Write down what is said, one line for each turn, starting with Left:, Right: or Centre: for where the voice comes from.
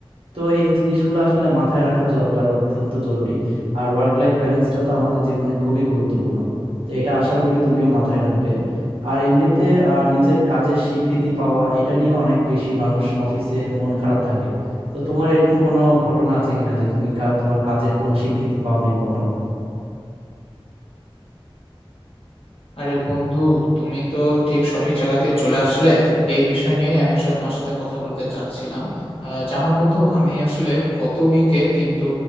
Right: তো এই জিনিসগুলো আসলে মাথায় রাখা দরকার অত্যন্ত জরুরি আর ওয়ার্ক লাইফ ব্যালেন্সটা তো আমাদের জীবনে খুবই গুরুত্বপূর্ণ তো এটা আশা করি তুমিও মাথায় রাখবে আর এমনিতে আহ, নিজের কাজের স্বীকৃতি পাওয়া এটা নিয়ে অনেক বেশি মানুষ অফিসে মন খারাপ থাকে তো তোমার এরকম কোনো ঘটনা আছে কিনা যে তুমি কা- তোমার কাজের কোনো স্বীকৃতি পাও নাই কখনো
Left: আরে বন্ধু তুমি তো ঠিক সঠিক জায়গাতে চলে আসলে এই বিষয় নিয়ে আমি আসলে তোমার সাথে কথা বলতে চাচ্ছিলাম আহ, জানো বন্ধু আমি আসলে গত উইকে কিন্তু